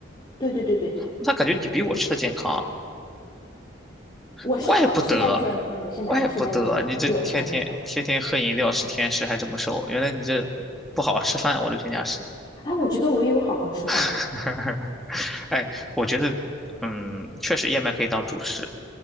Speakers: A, on the left; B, in the centre.
A: 对对对对对，
B: 那感觉你比我吃的健康啊
A: 我是好吃但健康，
B: 怪不得，
A: 你是难吃但健康，
B: 怪不得你这天天天天喝饮料吃甜食还这么瘦，
A: 是有差别的。
B: 原来你这不好好吃饭，我的评价是。
A: 哎，我觉得我也有好好吃饭。
B: <laughs> 哎，我觉得，嗯，确实燕麦可以当主食，